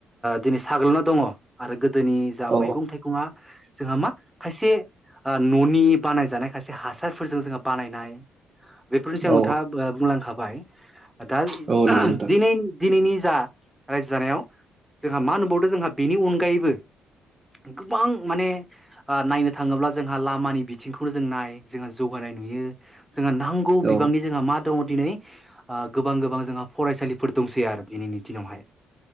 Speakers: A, in the centre; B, on the right.
A: दिनै साग्लोबना दङ आरो गोदोनि जा
B: औ
A: मैगं थाइगंया जोंहा मा खायसे न'नि बानाय जानाय खायसे हासारफोरजों जोङो बानायनाय बेफोरनि सायाव
B: औ
A: नोंथाङा बुंलांखाबाय दा
B: औ नंगौ नोंथां
A: दि दिनैनि जा रायजो जानायाव जोंहा मा होनबावदों जोंहा बेनि अनगायैबो गोबां माने नायनो थाङोब्ला जोंहा लामानि बिथिंखौ नो जों नाय जोंहा जौगानाय नुयो जोंहा नांगौ बिबांनि
B: औ
A: जोंहा मा दङ दिनै गोबां गोबां जों फरायसालि दंसै आरो दिनैनि दिनावहाय